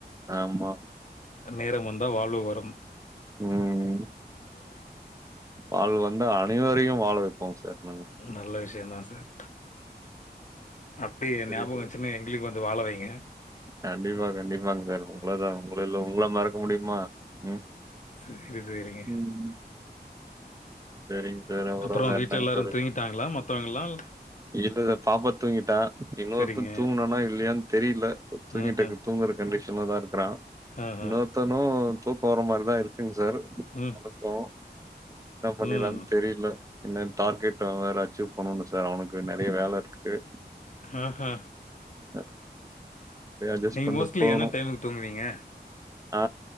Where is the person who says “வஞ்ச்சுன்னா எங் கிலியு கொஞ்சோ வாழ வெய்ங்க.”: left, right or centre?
Left